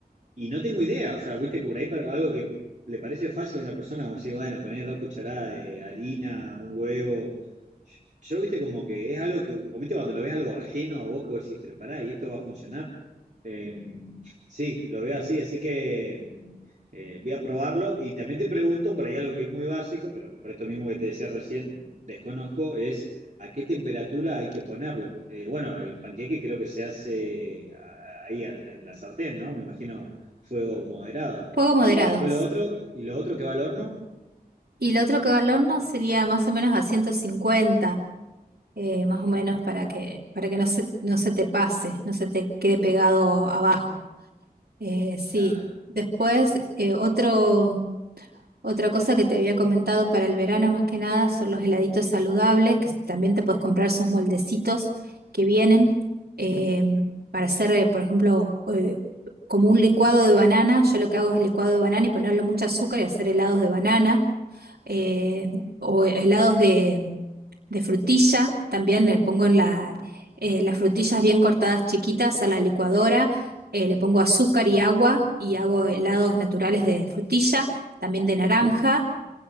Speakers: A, on the right; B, on the right.
A: Y no tengo idea, o sea, viste que por ahí para algo que le parece fácil a una persona, como si, bueno, ponés dos cucharadas de harina, un huevo. Yo, yo, viste, como que es algo que, como viste, cuando lo ves algo ajeno a vos, que vos decís, pero pará, y esto va a funcionar. Eh, sí, lo veo así, así que em, eh, voy a probarlo. Y también te pregunto, por ahí algo que es muy básico, pero por esto mismo que te decía recién, desconozco, es. ¿A qué temperatura hay que ponerlo? Eh, bueno, el panqueque creo que se hace ah, ahí al- en la sartén, ¿no? Me imagino fuego moderado.
B: Fuego moderado.
A: Y después lo otro, y lo otro que va al horno,
B: Y lo otro que va al horno sería más o menos a 150, eh, más
A: mm,
B: o menos para que, para que no se, no se te pase, no se te quede pegado abajo. Eh, sí.
A: claro,
B: Después, eh, otro Otra cosa que te había comentado para el verano más que nada son los heladitos saludables, que también te puedes comprar esos moldecitos que vienen eh, para hacer, eh, por ejemplo, eh, como un licuado de banana. Yo lo que hago es el licuado de banana y ponerle mucho azúcar y hacer helados de banana eh, o helados de, de frutilla, también le pongo en la, eh, las frutillas bien cortadas chiquitas a la licuadora, eh, le pongo azúcar y agua y hago helados naturales de frutilla, también de naranja,
A: Mm,